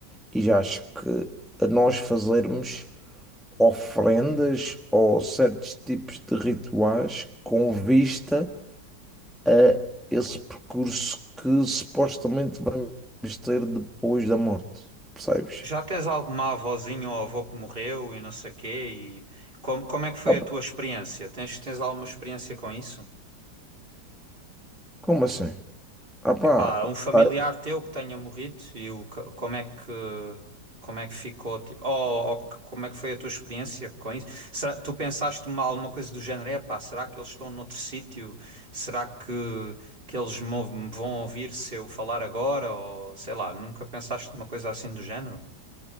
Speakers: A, in the centre; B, on the right (about 30°).
A: e já acho que a nós fazermos ofrendas ou certos tipos de rituais com vista a esse percurso que supostamente vamos ter depois da morte, percebes?
B: Já tens alguma avózinha ou avô que morreu e não sei quê? E como, como é que foi
A: Ah, pá,
B: a tua experiência? Tens, tens alguma experiência com isso?
A: como assim? Ah pá,
B: Epá, um familiar
A: ah
B: teu que tenha morrido e o, co- como é que como é que ficou? Tipo, ou, ou que- como é que foi a tua experiência com isso? Será- tu pensaste uma, alguma coisa do género? Epá, será que eles estão noutro sítio? Será que, que eles me ou- me vão ouvir se eu falar agora? Ou sei lá, nunca pensaste uma coisa assim do género?